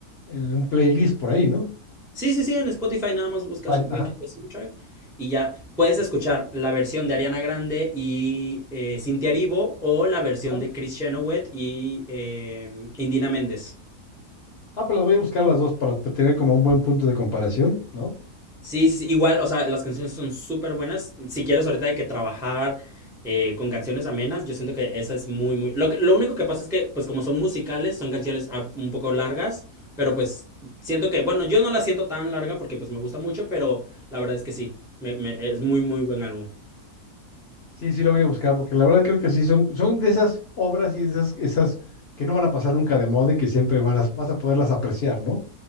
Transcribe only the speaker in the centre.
Sí, sí, sí, en Spotify nada más buscas
Wicked
The Soundtrack y ya
puedes escuchar la versión de Ariana Grande y eh, Cintia Aribo o la versión
de Chris Chenoweth y eh, Indina Méndez.
Sí, sí, sí, igual, o sea, las canciones son súper buenas. Si quieres ahorita hay que trabajar eh, con canciones amenas, yo siento que esa es muy, muy... Lo que- lo único que pasa es que, pues como son musicales, son canciones ah, un poco largas, pero pues siento que, bueno, yo no la siento tan larga porque pues me gusta mucho, pero la verdad es que sí, me- me- es muy, muy buen álbum.